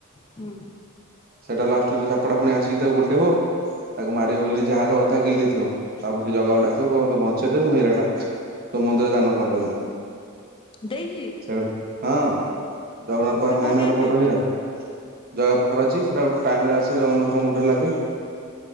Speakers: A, on the left; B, on the right.
A: ହୁଁ।
B: ସେଇଟା ଲାଷ୍ଟକୁ ସେ ସାପ ଟା ଫୁଣି ଆସିକି ତାକୁ ଗୋଡ଼େଇବ ତାକୁ ମାରିବ ବୋଲି ଜାହାଜ ଅଧା ଗିଳି ଦେଇଥିବ। ତାପରେ ସେ ଜଗାକୁ ଡାକିବ କହିବ ମତେ ବଞ୍ଚେଇଦେ ମୁଁ ହୀରା ଟା ତୋ ମନ୍ଦିରରେ ଦାନ କରିଦେମି।
A: ଦେଇଚି।
B: ସେଇଠୁ ହଁ ଜଗନ୍ନାଥ
A: ହେଲେ
B: ପାଖରେ
A: କୋଉଠି
B: ନାଇଁ ନା
A: ଅଛି?
B: ଗୋଟେ ବଡ଼ ହୀରା। ଜଗା ପାଖରେ ଅଛି ସେଟା ଗୋଟେ ଟାଇମ୍ ରେ ଆସେ ଜଗନ୍ନାଥଙ୍କ ମୁଣ୍ଡରେ ଲାଗେ।